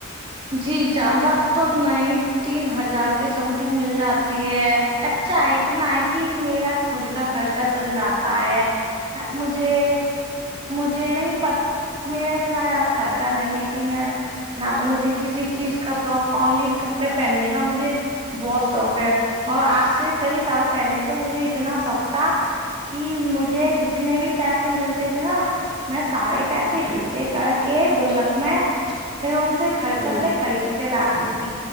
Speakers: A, on the right; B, on the left.
A: جی زیادہ تو نہیں تین ہزار کے سم تھنگ مل جاتی ہے اچھا اتنا ہے کہ میرا خود کا خرچہ چل جاتا ہے مجھے مجھے نہیں پ میرا اتنا زیادہ خرچہ نہیں ہے کہ میں نہ تو مجھے کسی چیز کا شوق آنلی کپڑے پہننے کا مجھے بہت شوق ہے اور آج سے کئی سال پہلے تو مجھے اتنا شوق تھا کہ مجھے جتنے بھی پیسے ملتے تھے نا میں سارے پیسے
B: جی
A: اکٹھے
B: جی
A: کر کے گلک میں پھر ان سے کھر
B: جی
A: کر خرید کے لا دی ت